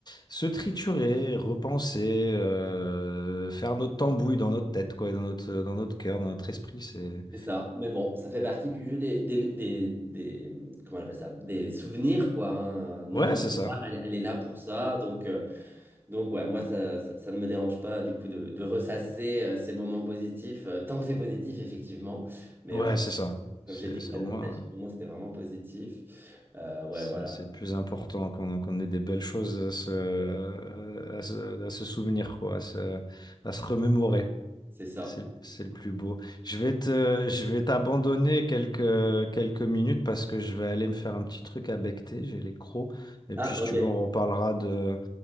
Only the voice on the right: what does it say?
C'est ça, mais bon, ça fait partie du jeu des, des, des, des- comment on appelle ça? Des souvenirs, quoi. hein. Notre
mémoire,
elle, elle est là pour ça, donc, euh, donc ouais, moi, ça, ça, ça ne me dérange pas, du coup, de, de ressasser euh, ces moments positifs, euh, tant que c'est positif, effectivement. Mais
ouais,
comme
j'ai dit
que la
nostalgie,
pour moi, c'était vraiment positif. Euh, ouais,
voilà,
c'est ça.
Ah,
ok,